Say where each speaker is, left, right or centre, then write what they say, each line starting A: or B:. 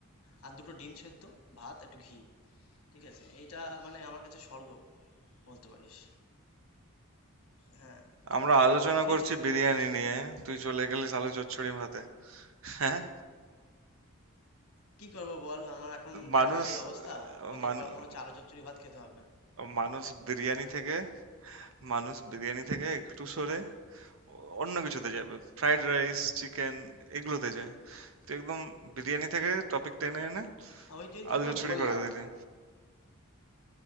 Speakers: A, on the left (about 80°); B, on the right (about 65°).
A: আর দুটো ডিম সেদ্ধ ভাত একটু ঘি ঠিক আছে এইটা মানে আমার কাছে স্বর্গ বলতে পারিস হ্যাঁ তো
B: আমরা আলোচনা
A: কখনো খেয়েছিস
B: করছি বিরিয়ানি
A: আলু চচ্চড়ি
B: নিয়ে তুই চলে গেলিস আলু চচ্চড়ি ভাতে হ্যাঁ
A: কি করবো বল আমার এখন
B: মানুষ
A: যা কাজের অবস্থা
B: আহ,
A: কদিন
B: মানু-
A: পর মনে হচ্ছে আলু চচ্চড়ি ভাত খেতে হবে
B: মানুষ বিরিয়ানি থেকে মানুষ বিরিয়ানি থেকে একটু সরে অন্য কিছুতে যাবে ফ্রাইড রাইস চিকেন এগুলোতে যায় তুই একদম বিরিয়ানি থেকে টপিক টেনে এনে
A: আর ওই জন্য তো
B: আলু
A: তোকে
B: চচ্চড়ি
A: আমি বললাম
B: করে দিলি